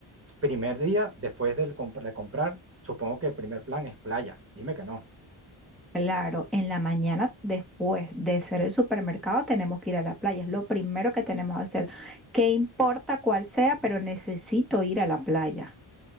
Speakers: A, on the right (about 25°); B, in the centre.
A: Primer día, después del comp- de comprar, supongo que el primer plan es playa. Dime que no.
B: Claro, en la mañana después de hacer el supermercado tenemos que ir a la playa, es lo primero que tenemos que hacer. ¿Qué importa cuál sea, pero necesito ir a la playa?